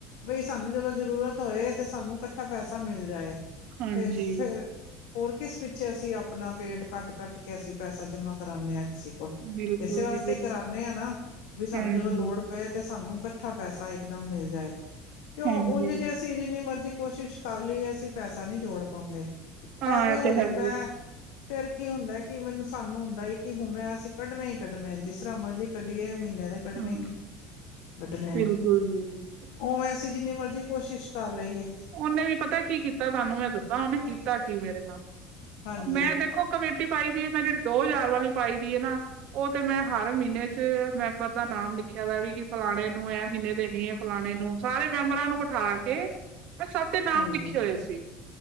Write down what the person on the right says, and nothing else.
ਹਾਂਜੀ
ਬਿਲਕੁਲ
ਜੀ ਬਿਲਕੁਲ
ਹਾਂਜੀ
ਹਾਂਜੀ
ਹਾਂ
ਇਹ
ਤੇ
ਹੈ ਹੀ
ਹਾਂ
ਬਿਲਕੁਲ
ਜੀ ਬਿਲਕੁਲ
ਓਨੇ ਵੀ ਪਤੈ ਕੀ ਕੀਤਾ ਸਾਨੂੰ ਮੈਂ ਦੱਸਾਂ ਓਨੇ ਕੀਤਾ ਕੀ, ਮੇਰੇ ਨਾਲ।
ਮੈਂ ਦੇਖੋ ਕਮੇਟੀ ਪਾਈ ਦੀ ਏ ਮੈਂ ਜੜੀ ਦੋ ਹਜਾਰ ਵਾਲੀ ਪਾਈ ਦੀ ਏ ਨਾ ਓ ਤੇ ਮੈਂ ਹਰ ਮਿੰਨ੍ਹੇ 'ਚ ਮੈਂ ਸੱਭ ਦਾ ਨਾਮ ਲਿਖਿਆ ਦਾ ਵੀ ਕਿ ਫਲਾਨੇ ਨੂੰ ਐ ਮਿੰਨ੍ਹੇ ਦੇਨੀ ਏ, ਫਲਾਨੇ ਨੂੰ। ਸਾਰੇ ਮੈਂਬਰਾਂ ਨੂੰ ਬਠਾ ਕੇ ਮੈਂ ਸੱਭ ਦੇ ਨਾਮ
ਲਿੱਖੇ ਹੋਏ ਸੀ